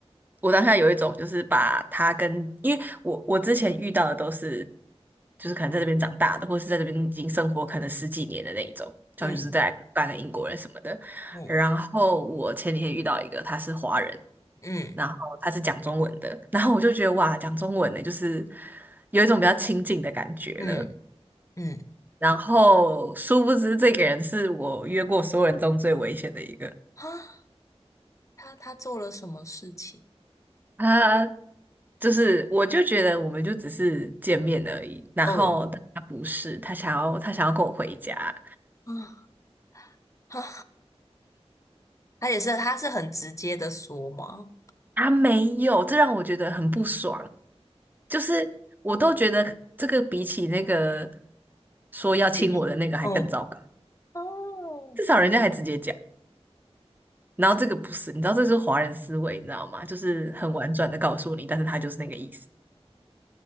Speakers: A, on the right; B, on the left.
A: 我当下有一种就是把他跟，因为我我之前遇到的都是，就是可能在这边长大的，或是在这边已经生活可能十几年的那一种，他们就是在半个英国人什么的。
B: 嗯嗯
A: 然后我前几天遇到一个，他是华人，
B: 嗯
A: 然后他是讲中文的，然后我就觉得哇，讲中文的就是有一种比较亲近的感觉了。
B: 嗯嗯
A: 然后殊不知这个人是我约过所有人中最危险的一个。
B: 啊，他他做了什么事情？
A: 他就是，我就觉得我们就只是见面而已，然后但他不是，
B: 哦
A: 他想要他想要跟我回家，
B: 啊啊，他也是他是很直接的说吗？
A: 啊？没有，这让我觉得很不爽。就是我都觉得这个比起那个说要亲我的那个还更糟糕，
B: 被批。哦哦，
A: 至少人家还直接讲。然后这个不是，你知道这就是华人思维，你知道吗？就是很婉转的告诉你，但是他就是那个意思。